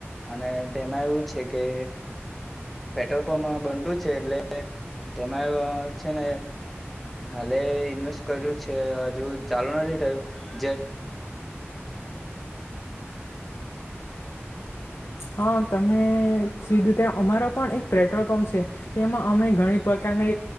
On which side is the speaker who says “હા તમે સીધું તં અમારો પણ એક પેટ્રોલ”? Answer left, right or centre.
Left